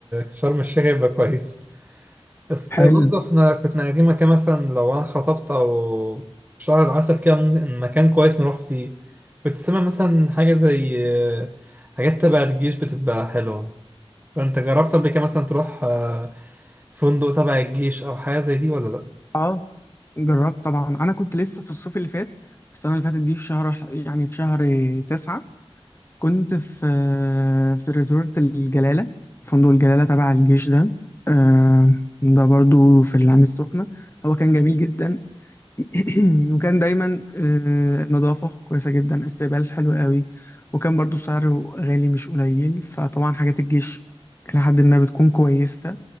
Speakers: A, on the right; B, on the left.
A: شرم الشيخ يبقى كويس بس
B: حلو
A: برضه احنا كنا عايزين مكان مثلا لو انا خطبت او شهر العسل كده ممكن مكان كويس نروح فيه كنت سامع مثلا حاجة زي آه، حاجات تبع الجيش بتبقى حلوة فانت جربت قبل كده مثلا تروح آه، فندق تبع الجيش او حاجة زي دي ولا لا؟
B: اه جربت طبعا انا كنت لسه في الصيف اللي فات السنه اللي فاتت دي في شهر يعني في شهر تسعة كنت في في ريزورت الجلاله فندق الجلاله تبع الجيش ده آه، ده برضو في العين السخنه هو كان جميل جدا <clears throat> وكان دايما آه، نظافة كويسة جدا استقبال حلو قوي وكان برضو سعره غالي مش قليل فطبعا حاجات الجيش إلى حد ما بتكون كويسة